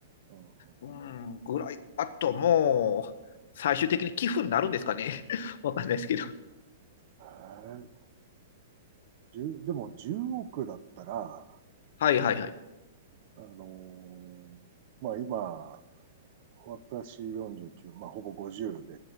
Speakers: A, on the right; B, on the left.
A: うん、
B: うん、ぐらい。あともう、最終的に寄付になるんですかね。<laughs> わかんないですけど。
A: えー、じゅうでも10億だったら、
B: はいはいはい。
A: あのーまあ今、私49、まあほぼ50で、